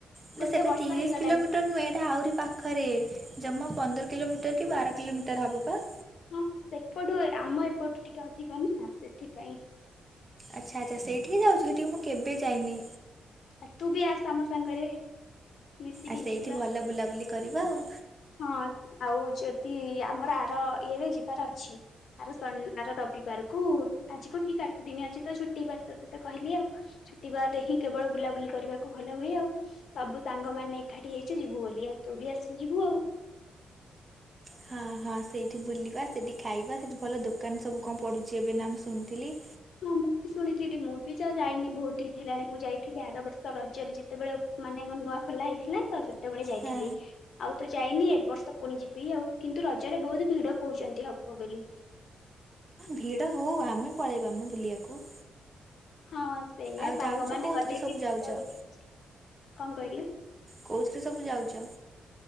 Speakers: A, on the right; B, on the left.
A: ଇ ଲୋ
B: ଗୋଟେ
A: ସେଟା
B: ବର୍ଷ
A: ତିରିଶ
B: ହେଇଗଲାଣି।
A: କିଲୋମିଟ ନୁହେଁ। ହେଟା ଆହୁରି ପା ଖରେ ଜମା ପନ୍ଦର କିଲୋମିଟର କି ବାର କିଲୋମିଟର ହେବ ପା।
B: ହଁ ସେପଟୁ ଆମ ଏପଟୁ ଟିକେ ଅଧିକ ନା ନା ସେଥିପାଇଁ।
A: ଆଚ୍ଛା ଆଚ୍ଛା ସେଇଠି ଯାଉଚୁ ସେଠିକି ମୁଁ କେବେ ଯାଇନି।
B: ଆ ତୁ ବି ଆସ ଆମ ସାଙ୍ଗରେ। ମିଶିକି
A: ଆଉ ସେଇଠି
B: ଯିବା।
A: ଭଲ ବୁଲାବୁଲି କରିବା ଆଉ।
B: ହଁ ଆଉ ଯଦି ଆମର ଆର ଇଏରେ ଯିବାର ଅଛି। ଆର ସନ୍ ଆର ରବିବାର କୁ ଆଜି କୁ ଠିକ ଆଠ ଦିନ ଅଛି ତ ଛୁଟି ବ ତ କହିଲି ଆଉ। ଛୁଟିବାର ରେ ହିଁ କେବଳ ବୁଲାବୁଲି କରିବାକୁ ଭଲ ହୁଏ ଆଉ। ସବୁ ସାଙ୍ଗମାନେ ଏକାଠି ହେଇଛି ଯିବୁ ବୋଲି ଆ ତୁ ବି ଆସିି ଯିବୁ ଆଉ।
A: ହଁ ହଁ ସେଇଠି ବୁଲିବା, ସେଇଠି ଖାଇବା, ସେଠି ଭଲ ଦୋକାନ ସବୁ କଣ ପଡିଛି ଏବେ ନା ମୁ ଶୁଣିଥିଲି।
B: ହଁ ମୁଁ ବି ଶୁଣିଥିଲି ମୁଁ ବି ଯ ଯାଇନି ବହୁତ ଦିନ ହେଲାଣି ମୁଁ ଯାଇଥିଲି ଆର ବର୍ଷ ରଜରେ ଯେତେବେଳେ ମାନେ କଁ ନୂଆ ଖୋଲା ହେଇଥିଲା ତ ସେତେବେଳେ ଯାଇଥିଲି
A: ହଁ
B: ଆଉ ତ ଯାଇନି ଏ ବର୍ଷ ପୁଣି ଯିବି ଆଉ କିନ୍ତୁ ରଜରେ ବହୁତ ଭିଡ କହୁଛନ୍ତି ହବ ବୋଲି।
A: ଭିଡ ହଉ ଆମେ ପଳେଇବା ମ ବୁଲିବାକୁ।
B: ହଁ ସେଇଆ
A: ଆଉ
B: ସାଙ୍ଗମାନେ
A: ଯାଉଛୁ କୋଉଥିରେ
B: କଲେ
A: ସବୁ
B: ବି ଭିଡ
A: ଯାଉଛ
B: ବୋଲି କିଛି କଣ କହିଲୁ।
A: କୋଉଥିରେ ସବୁ ଯାଉଛ?